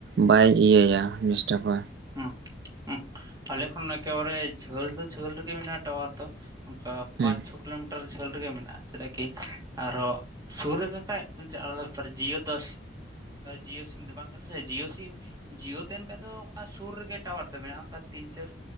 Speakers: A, on the right; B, on the right.
A: ᱵᱟᱭ ᱤᱭᱟᱹᱭᱟ ᱰᱤᱥᱴᱟᱯᱟ᱾
B: ᱦ ᱦ‌ ᱾ ᱟᱞᱮ ᱠᱷᱚᱱ ᱮᱠᱮᱵᱟᱨᱮ ᱡᱷᱟᱹᱞ ᱫᱚ ᱡᱷᱟᱹᱞ ᱨᱮᱜᱮ ᱢᱮᱱᱟᱜᱼᱟ ᱴᱟᱣᱟᱨ ᱫᱚ ᱚᱱᱠᱟ
A: ᱦᱮᱸ
B: ᱯᱟᱸᱪ, ᱪᱷᱚ ᱠᱤᱞᱳᱢᱤᱴᱟᱨ ᱡᱷᱟᱹᱞ ᱨᱮᱜᱮ ᱢᱮᱱᱟᱜᱼᱟ ᱪᱮᱫᱟᱜ ᱠᱤ ᱟᱨᱚ ᱥᱩᱨ ᱨᱮᱠᱟᱱᱡ ᱟᱞᱟᱫᱟ ᱵᱮᱯᱟᱨ ᱡᱤᱭᱳ ᱫᱚ ᱡᱤᱭᱳ ᱥᱤᱢ ᱫᱚ ᱵᱟᱝ ᱠᱟᱱᱟ ᱥᱮ ᱡᱤᱭᱳ ᱥᱤᱢ ᱡᱤᱭᱳ ᱛᱟᱦᱮᱱ ᱫᱚ ᱚᱱᱠᱟ ᱥᱩᱨ ᱨᱮᱜᱮ ᱴᱟᱣᱟᱨ ᱫᱚ ᱢᱮᱱᱟᱜᱼᱟ ᱚᱱᱠᱟ ᱛᱤᱱ, ᱪᱟᱨ